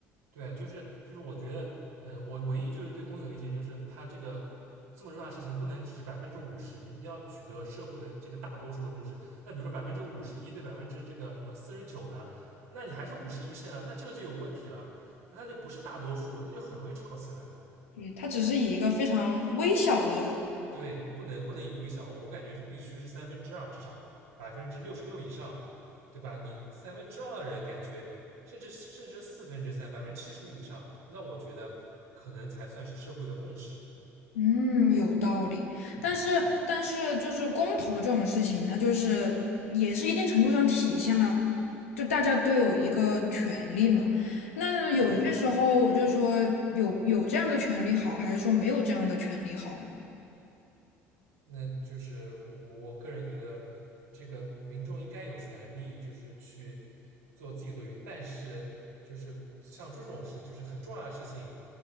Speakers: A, on the right; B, on the left.
A: 对啊就是就是，我觉得，嗯，我唯一就是对公投有意见，就是它这个这么重大的事情，不能只是百分之五十，你要取得社会的这个大多数的共识。那比如说百分之五十一对百分之这个什么四十九呢，那你还是五十一胜啊，那这个就有问题了，那它就不是大多数，那就很容易吵起来。
B: 对，它只是以一个非常微小的，
A: 对，不能不能以微小，我感觉是必须是三分之二至少百分之六十六以上，对吧？你三分之二的人感觉，甚至甚至四分之三，百分之七十五以上，那我觉得可能才算是社会的共识。
B: 嗯，有道理。
A: 嗯
B: 但是，但是就是公投这种事情，它就是也是一定程度上体现了，就大家都有一个权利嘛。那有些时候就是说有有这样的权利好，
A: 嗯嗯
B: 还是说没有这样的权利好呢？
A: 那就是我我个人觉得，这个民众应该有权利，就是去做自己做运，但是就是像这种事，就是很重要的事情，